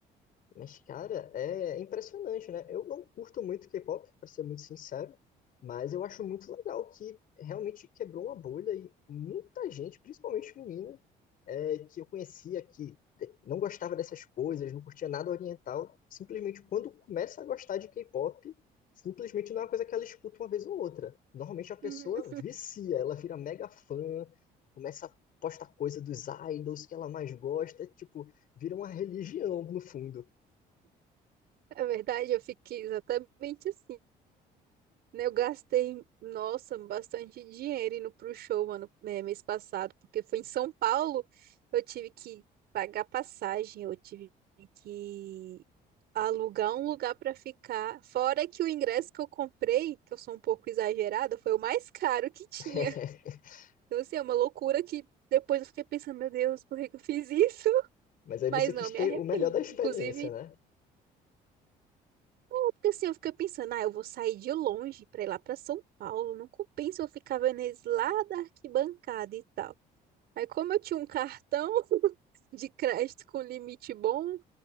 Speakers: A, on the left; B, on the right.
A: Mas, cara, é impressionante, né? Eu não curto muito K-pop, pra ser muito sincero, mas eu acho muito legal que realmente quebrou uma bolha e muita gente, principalmente menina, é, que eu conhecia, que não gostava dessas coisas, não curtia nada oriental, simplesmente quando começa a gostar de K-pop, simplesmente não é uma coisa que ela escuta uma vez ou outra. Normalmente a pessoa
B: Uhum.
A: vicia, ela vira mega fã, começa a postar coisa dos idols que ela mais gosta, tipo, vira uma religião no fundo.
B: Na verdade, eu fiquei exatamente assim, né? Eu gastei, nossa, bastante dinheiro indo pro show, mano, é, mês passado, porque foi em São Paulo, eu tive que pagar passagem, eu tive que alugar um lugar para ficar. Fora que o ingresso que eu comprei, que eu sou um pouco exagerada, foi o mais caro que tinha.
A: <laughs>
B: Então, assim, é uma loucura que depois eu fiquei pensando, meu Deus, por que que eu fiz isso? <laughs>
A: Mas aí
B: Mas
A: você quis
B: não, me
A: ter
B: arrependo.
A: o melhor da experiência,
B: Inclusive,
A: né?
B: porque assim, eu fiquei pensando, ah, eu vou sair de longe para ir lá para São Paulo, não compensa eu ficar vendo eles lá da arquibancada e tal. Aí, como eu tinha um cartão <laughs> de crédito com limite bom,